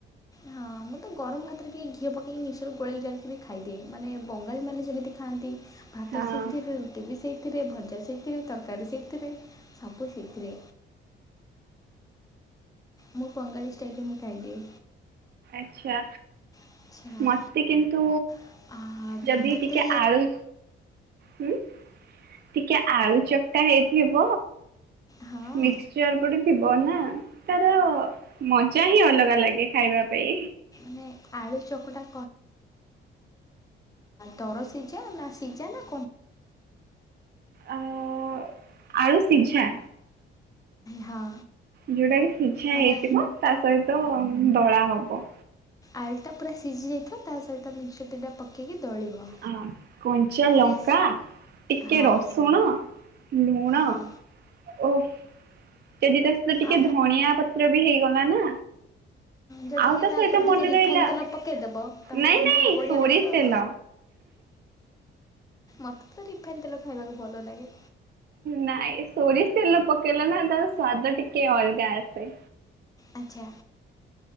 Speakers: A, on the left; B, on the right.
A: ହଁ ମୁଁତ ତ ଗରମ ଭାତରେ ଟିକେ ଘିଅ ପକେଇକି ମିଶ ଗୋଳଳି ଡାଲିକି ବି ଖାଇଦିଏ, ମାନେ ବଙ୍ଗାଳୀ ମାନେ ଯେମିତି ଖାଆନ୍ତି ଭାତ
B: ହଁ।
A: ସେଇଥିରେ ରୁଟି ବି ସେଇଥିରେ ଭଜା ସେଇଥିରେ ତରକାରୀ ସେଇଥିରେ। ସବୁ ସେଇଥିରେ। ମୁଁ ବଙ୍ଗାଳୀ ଷ୍ଟାଇଲରେ ମୁଁ ଖାଇଦିଏ।
B: ଆଛା।
A: ଆଚ୍ଛା
B: ମତେ କିନ୍ତୁ
A: କୁହ
B: ଯଦି
A: ତୋତେ
B: ଟିକେ ଆଳୁ ହୁଁ। ଟିକେ ଆଳୁ ଚକଟା ହେଇଥିବ
A: ହଁ
B: ମିକ୍ସଚର ପଡି ଥିବ ନା ତାର ମଜା ହିଁ ଅଲଗା ଲାଗେ ଖାଇବା ପାଇଁ
A: ମାନେ ଆଳୁ ଚକଟା ଦର ସିଝା ନା ସିଝା ନା
B: ଆ ଆ ଆଳୁ ସିଝା।
A: ହଁ।
B: ଯୋଉଟା କି ଶିଝା
A: ମାନେ
B: ହେଇଥିବ ତା ସହିତ ଦଳା ହବ।
A: ଆଳୁ ଟା ପୁରା ସିଝି ଯାଇଥିବ ତା ସହିତ ମିିକସଚର୍ ଦିଟା ପକେଇକି ଦଳିବ
B: ଆ କଞ୍ଚା
A: ମାନେ
B: ଲଙ୍କା ଟିକେ
A: ହଁ
B: ରସୁଣ ଲୁଣ
A: ହଁ
B: ଓ ଯଦି ତା ସହିତ ଟିକେ
A: ଆ
B: ଧଣିଆ ପତ୍ର ବି ହେଇଗଲା ନା
A: ଯଦି
B: ଆଉ
A: କିି ତା
B: ସହିତ
A: ଉପରେ ଟିକେ
B: ମନେ
A: ରିଫାଇନ୍
B: ରହିଲା
A: ତେଲ ପକାଇଦେବ ତାହେଲେ
B: ନାଇଁ
A: ଟିକେ
B: ନାଇଁ
A: ବଢ଼ିଆ
B: ସୋରିଷ
A: ଲାଗିବ ଆଉ।
B: ତେଲ।
A: ମତେ ତ ରିଫାଇନ ତେଲ ଖାଇବାକୁ ଭଲ ଲାଗେ।
B: ନାଇଁ ସୋରିଷ ତେଲ ପକେଇଲେ ନା ତାର ସ୍ଵାଦ ଟିକେ ଅଲଗା ଆସେ।
A: ଆଚ୍ଛା।